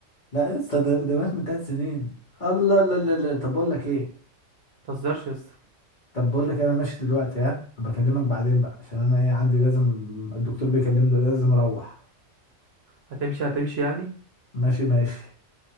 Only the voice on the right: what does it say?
ما تهزرش يا اسطى
هتمشي هتمشي يعني